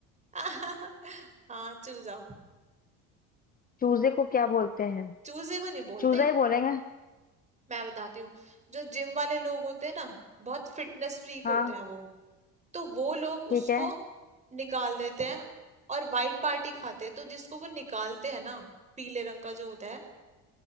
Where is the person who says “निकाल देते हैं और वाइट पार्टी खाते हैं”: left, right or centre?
Right